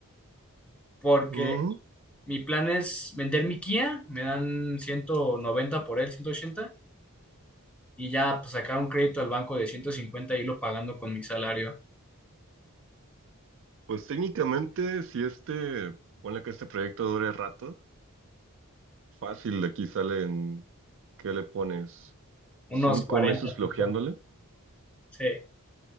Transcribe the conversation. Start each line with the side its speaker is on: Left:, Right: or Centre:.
Centre: porque
Right: Ujú.
Centre: mi plan es vender mi Kia, me dan 190 por él, 180 y ya pues sacar un crédito al banco de 150 y irlo pagando con mi salario.
Right: Pues técnicamente, si este, ponle que este proyecto dure rato, fácil, de aquí salen, ¿qué le pones?
Centre: Unos
Right: Cinco
Centre: cuarenta
Right: meses flojeándole.
Centre: 50. Sí.